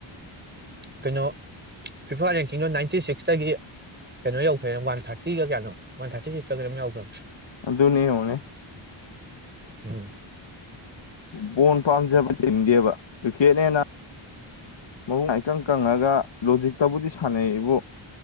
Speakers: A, on the right; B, on the left.
A: ꯀꯩꯅꯣ ꯐꯤꯐꯥ ꯔꯦꯡꯀꯤꯡꯗꯣ ꯅꯥꯏꯟꯇꯤ ꯁꯤꯛꯁꯇꯒꯤ ꯀꯩꯅꯣ ꯌꯧꯈ꯭ꯔꯦ ꯋꯥꯟ ꯊꯥꯔꯇꯤꯒ ꯀꯌꯥꯅꯣ ꯋꯥꯟꯊꯔꯇꯤ ꯁꯤꯛꯁꯂꯥ ꯀꯩꯅꯣꯝ ꯌꯧꯒꯔ꯭ꯃꯤ
B: ꯑꯗꯨꯅꯤ ꯌꯦꯡ ꯉꯣꯅꯦ
A: ꯎꯝ
B: ꯕꯣꯟ ꯄꯥꯝꯖꯕ ꯇꯤꯡꯗꯦꯕ ꯀ꯭ꯔꯤꯀꯦꯠꯅꯦꯅ ꯃꯪ <unintelligible> ꯏꯀꯪ ꯀꯪꯉꯒ ꯂꯣꯖꯤꯛꯇꯕꯨꯗꯤ ꯁꯥꯟꯅꯩ ꯏꯕꯨ